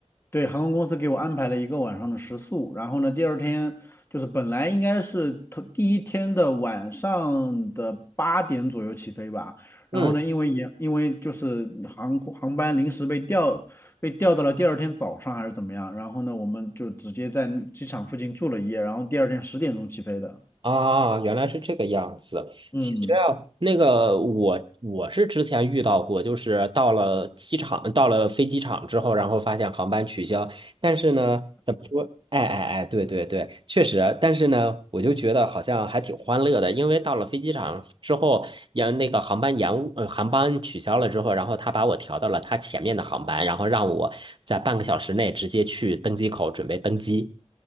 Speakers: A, on the left; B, on the right.
A: 对，航空公司给我安排了一个晚上的食宿，然后呢第二天就是本来应该是头第一天的晚上的八点左右起飞吧，然后呢因为延因为就是航空航班临时被调被调到了第二天早上还是怎么样，
B: 嗯
A: 然后呢，我们就直接在机场附近住了一夜，然后第二天十点钟起飞的。
B: 啊，原来是这个样子。
A: 嗯，
B: 其实啊，那个我我是之前遇到过，就是到了机场，到了飞机场之后，然后发现航班取消。但是呢，怎么说？哎哎哎，对对对，确实。但是呢，我就觉得好像还挺欢乐的，因为到了飞机场之后，延那个航班延误，呃航班取消了之后，然后他把我调到了他前面的航班，然后让我在半个小时内直接去登机口准备登机。